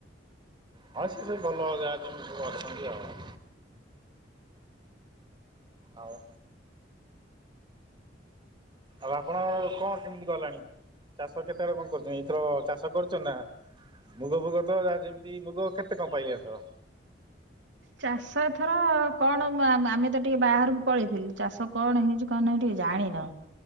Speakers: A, on the right; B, on the right.
A: ହଁ ସି ସବୁ ଭଲ ଯା ଯେମିତି ଭଲ ଅଛନ୍ତି ଆଉ ଆଉ ଆଉ ଆପଣ କଣ କେମିତି ଗଲାଣି ଚାଷ କେତେବେଳେ କଣ କରୁଛନ୍ତି। ଏଥର ଚାଷ କରୁଛ ନା ମୁଗ ଫୁଗ ତ ଯେମିତି ମୁଗ କେତେ କଣ ପାଇଲି ଏଥର?
B: ଚାଷ ଏଥର କଣ ଆମେ ଆମେ ତ ଟିକେ ବାହାରକୁ ପଳେଇଥିଲୁ ଚାଷ କଣ ହେଇଛି କଣ ନାହିଁ ଟିକେ ଜାଣିନୁ।